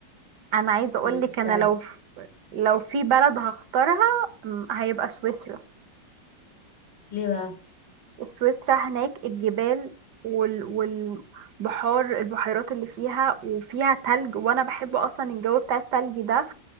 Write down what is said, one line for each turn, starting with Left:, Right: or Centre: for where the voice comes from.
Right: انا عايزه
Left: مم.
Right: اقول لك انا
Left: فدي
Right: لو لو في بلد هختارها م، هيبقى سويسرا
Left: ليه بقى؟
Right: سويسرا هناك الجبال وال... والبحار البحيرات اللي فيها وفيها تلج وانا بحب اصلا الجو بتاع التلج ده